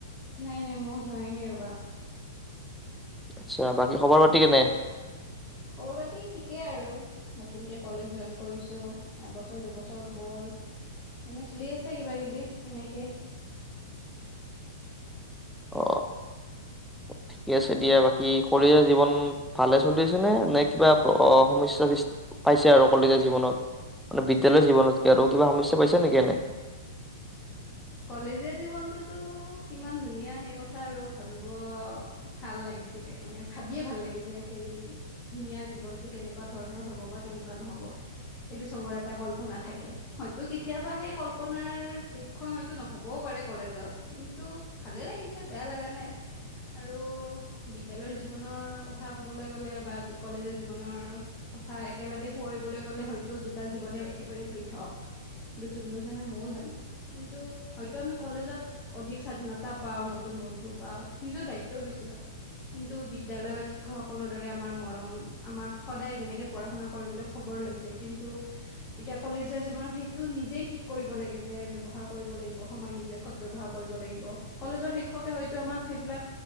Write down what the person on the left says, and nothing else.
নাই নাই মই যোৱাই নাই ৰবা
খবৰ পাতি ঠিকেই আৰু নতুনকে কলেজ জইন কৰিছো এবছৰ দুবছৰ গল এনে চলি আছে কিবা কিবি এনেকেই।
কলেজীয়া জীৱনটোতো কিমান ধুনীয়া সেই কথা আৰু ভাবিব ভাল লাগিছিলে মানে ভাবিয়ে ভাল লাগে যে সেই ধুনীয়া জীৱনটো কেনেকুৱা ধৰণৰ হব বা কেনেকুৱা নহব সেইটো চবৰ এটা কল্পনা থাকে হয়তো কেতিয়াবা সেই কল্পনাৰ দেশখন হয় তো নহ'বও পাৰে কলেজত কিন্তু ভালেই লাগিছে বেয়া লগা নাই আৰু বিদ্যালয়ৰ জীৱনৰ কথা ক'বলৈ গ'লে বা কলেজৰ জীৱনৰ কথা একেলগে সোঁৱৰিবলৈ গ'লে হয়তো দুটা জীৱনে একেবাৰে পৃথক কিন্তু তুমিও জানা ময়ো জানো কিন্তু হয়তো আমাৰ কলেজত অধিক স্বাধীনতা পাওঁ নতুন বন্ধু পাওঁ নিজৰ দায়িত্বও বেছি হয় কিন্তু বিদ্যালয়ত শিক্ষকসকলৰ দৰে আমাৰ মৰম আমাক সদায় যেনেকে পঢ়া শুনা কৰিবলৈ খবৰ লৈছিল কিন্তু এতিয়া কলেজীয়া জীৱনত সেইটো নিজেই ঠিক কৰিব লাগে যে ব্যৱহাৰ কৰিব লাগিব। সময় নিজে সদ ব্যয়বহাৰ কৰিব লাগিব কলেজৰ শিক্ষকে হয়তো আমাক সেইবিলাক